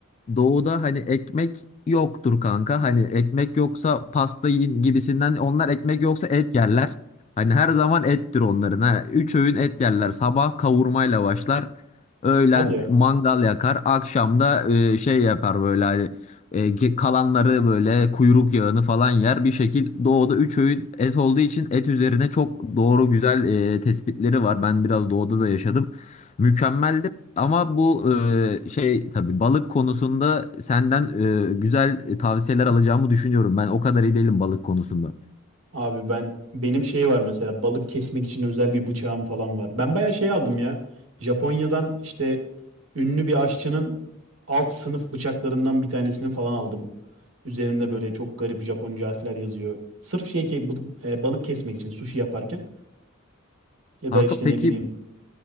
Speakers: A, on the left (about 35°); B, on the right (about 70°).
A: Doğuda hani ekmek yoktur kanka. Hani ekmek yoksa pasta yiyin gibisinden. Onlar ekmek yoksa et yerler. Hani her zaman ettir onların. Ha. Üç öğün et yerler. Sabah kavurmayla başlar. Öğlen
B: Hadi ya.
A: mangal yakar. Akşamda e, şey yapar böyle hani e, ge- kalanları böyle kuyruk yağını falan yer. Bir şekil doğuda üç öğün et olduğu için et üzerine çok doğru güzel e, tespitleri var. Ben biraz doğuda da yaşadım. Mükemmel ama bu e, şey tabii balık konusunda senden e, güzel e, tavsiyeler alacağımı düşünüyorum. Ben o kadar iyi değilim balık konusunda.
B: Abi ben benim şey var mesela balık kesmek için özel bir bıçağım falan var. Ben bayağı şey aldım ya. Japonya'dan işte ünlü bir aşçının alt sınıf bıçaklarından bir tanesini falan aldım. Üzerinde böyle çok garip Japonca harfler yazıyor. Sırf şey ki bu- e, balık kesmek için sushi yaparken ya
A: Kanka
B: da işte
A: peki
B: ne bileyim